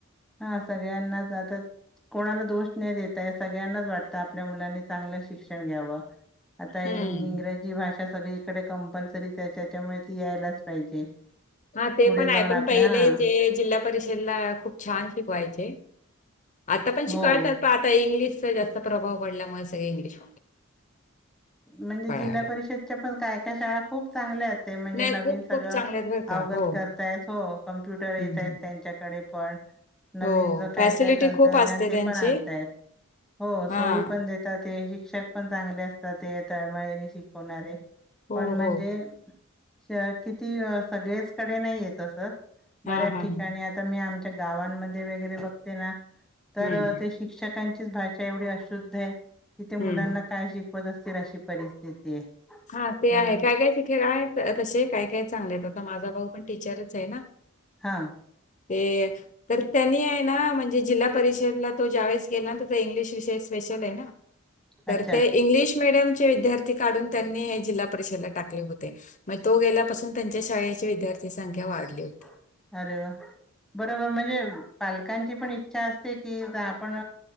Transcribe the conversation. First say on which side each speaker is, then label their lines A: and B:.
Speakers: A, in the centre; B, on the left.
A: हा सगळ्यांनाच आता कोणाला दोष नाही देता या सगळ्यांनाच वाटतं आपल्या मुलांनी चांगलं शिक्षण घ्यावं. आता
B: हं.
A: इंग्रजी भाषा सगळी इकडे कंपल्सरीच आहे त्याच्यामुळे ती यायलाच पाहिजे.
B: हा ते
A: पुढे
B: पण आहे
A: जाऊन
B: पण
A: आपल्या
B: पहिले
A: हा
B: जे जिल्हा परिषदला खूप छान शिकवायचे. आता पण
A: हो
B: शिकवतात प आता इंग्लिशचा जास्त प्रभाव पडल्यामुळे सगळे इंग्लिश
A: म्हणजे
B: कळालं.
A: जिल्हा परिषदच्या पण काय काय शाळा खूप चांगल्या आहेत. ते म्हणजे
B: नाही,
A: नवीन
B: खूप
A: सगळं
B: खूप चांगले आहेत बरं का.
A: अवगत
B: हो,
A: करतायत हो कमप्युटर येतायेत
B: हं, हं.
A: त्यांच्याकडे. पण नवीन
B: हो,
A: ज काय
B: फॅसिलिटी
A: काय तंत्रज्ञान
B: खूप असते
A: ते
B: त्यांची.
A: पण आणतायेत. हो सोयी
B: हां.
A: पण देतात हे शिक्षक पण चांगले असतात ते तळमळीने शिकवणारे
B: हो,
A: पण म्हणजे
B: हो.
A: अ किती सगळीच कडे नाही येतस
B: हां,
A: बऱ्याच
B: हां,
A: ठिकाणी
B: हां.
A: आता मी आम गावमध्ये वगैरे बघते ना तर
B: हं,
A: ते शिक्षक. अच भाषा एवढी अशुद्ध आहे, की ते
B: हं.
A: मुलांना काय शिकवत असतील अशी परिस्थिती आहे.
B: हा ते
A: हम्म
B: आहे काय काय ते काय तसे काय काय चांगले आता माझा भाऊ पण टीचरच आहे ना.
A: हा.
B: ते तर. त्यांनी आहे ना म्हणजे जिल्हा परिषदला तो ज्यावेळेस गेला ना तर इंग्लिश विषय स्पेशल आहे ना.
A: अच्छा
B: तर ते इंग्लिश मिीडियम विद्यार्थी. काढून त्यांनी जिल्हा परिषदला टाकले होते मग तो गेल्यापासून त्यांच्या शाळेची विद्यार्थी संख्या वाढली होती.
A: अरे वा बरोबर म्हणजे पालक. ची पण इचछा असते, की आपण